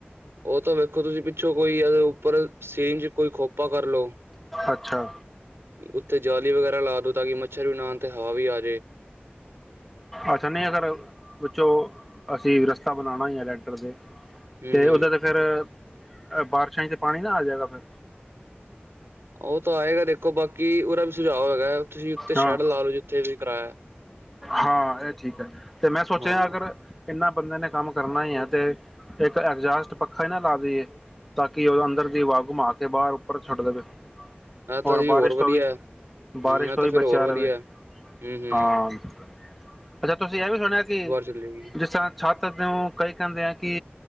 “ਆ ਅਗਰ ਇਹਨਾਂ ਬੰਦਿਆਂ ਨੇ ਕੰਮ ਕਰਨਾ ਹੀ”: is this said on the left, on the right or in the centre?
Centre